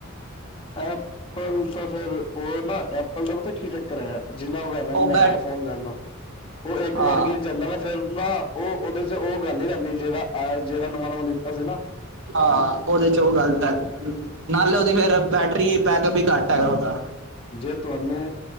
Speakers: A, on the left (about 25°); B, on the right (about 65°).
A: ਐਪਲ ਤਾਂ ਫੇਰ ਓਹ ਨਾ ਐਪਲ ਦਾ ਪਤਾ ਕੀ ਚੱਕਰ ਹੈਗੈ। ਜਿੰਨਾ ਉ ਲੈਣਾ
B: ਉਹ
A: ਮੈੰਗਾ
B: ਬੈਟ
A: ਫੋਨ ਲੈ ਲੋ, ਓਹ ਇੱਕ
B: ਹਾਂ
A: ਵਾਰ ਗਿਰ ਜਾਂਦਾ ਨਾ ਫੇਰ ਨਾ ਉਹ ਉਹਦੇ ਚ ਉਹ ਗੱਲ ਨ ਰਹਿੰਦੀ ਜਿਹੜਾ ਅਹ ਜਿਹੜਾ ਨਵਾਂ ਨਵਾਂ ਲਿੱਤਾ ਸੀ ਨਾ
B: ਹਾਂ ਉਹਦੇ ਚ ਉਹ ਗੱਲਤ ਹੈ ਨਾਲੇ ਉਹਦੀ ਫੇਿਰ ਬੈਠ ਰੀ ਪੈਕ ਵੀ ਘੱਟ ਹੈਗਾ ਹੋਗਾ
A: ਜੇ ਤੁਹਾਨੂੰ